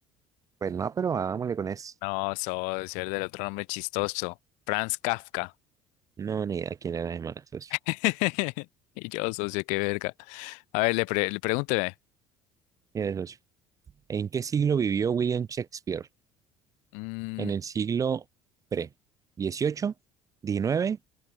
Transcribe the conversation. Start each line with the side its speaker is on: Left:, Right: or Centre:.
Right: Pues no, pero hagámosle con eso.
Left: No, socio, el del otro nombre chistoso. Franz Kafka.
Right: No, ni idea quién era ese man, socio.
Left: <laughs> Y yo, socio, qué verga. A ver, le, pre- le pregúnteme.
Right: Mire, socio. ¿En qué siglo vivió William Shakespeare?
Left: Mm,
Right: ¿En el siglo pre? dieciocho, diecinueve